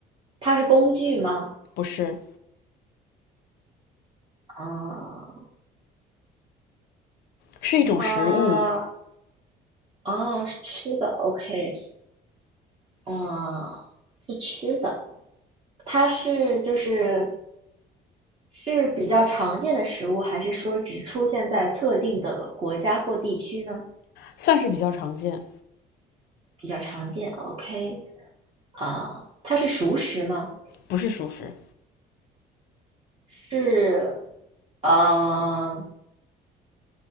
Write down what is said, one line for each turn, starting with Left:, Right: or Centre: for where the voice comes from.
Right: 它是工具吗？
Left: 不是，
Right: 啊、
Left: 是一种食物，
Right: 它哦是吃的，OK，啊、是吃的。它是就是是比较常见的食物，还是说只出现在特定的国家或地区呢？
Left: 算是比较常见，
Right: 比较常见，OK，啊、它是熟食吗？
Left: 不是熟食，
Right: 是，呃，